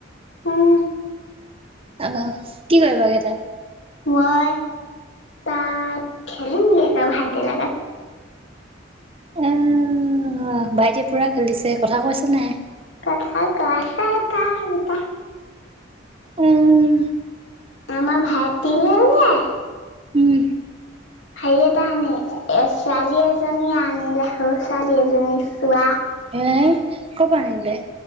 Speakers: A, on the left; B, on the right.
A: উম',
B: আহ', কি কৰিবা গৈ তাত।
A: মই তাত খেলিমগৈ, ভাইটি লগত।
B: উম', ভাইটি পুৰা খেলিছে কথা কৈছে ন, নাই।
A: কথা, কৈছে এটা-দুটা।
B: উম,
A: আমাৰ ভাইটিলে যে
B: উম,
A: হেৰি এটা আনি এ, ছোৱালী এজনী আনিলে সৰু ছোৱালী এজনী চোৱা।
B: হে ক'ৰ পৰা আনিলে।